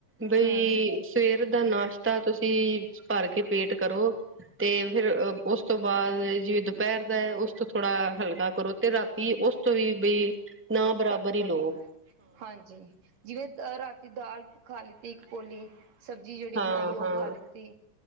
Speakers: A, in the centre; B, on the right.
A: ਬਈ
B: ਹੂੰ
A: ਸਵੇਰ ਦਾ ਨਾਸ਼ਤਾ ਤੁਸੀਂ ਭਰ ਕੇ ਪੇਟ ਕਰੋ ਤੇ ਫਿਰ ਅ- ਓਸ ਤੋਂ ਬਾਦ ਜਿਵੇਂ ਦੁਪੈਰ ਦਾ ਐ, ਓਸ ਤੋਂ ਥੋੜਾ ਹਲਕਾ ਕਰੋ ਤੇ ਰਾਤੀ ਓਸ ਤੋਂ ਵੀ ਬਈ ਨਾ ਬਰਾਬਰ
B: ਘੱਟ
A: ਹੀ
B: ਕਰੋ
A: ਲੋ।
B: ਹਾਂਜੀ, ਜਿਵੇਂ ਅ ਰਾਤੀ ਦਾਲ ਖਾ ਲਿੱਤੀ ਇੱਕ ਕੋੌਲੀ। ਸਬਜ਼ੀ ਜੇੜੀ
A: ਹਾਂ
B: ਬਣਾਈ ਓਹ
A: ਹਾਂ
B: ਖਾ ਲਿੱਤੀ,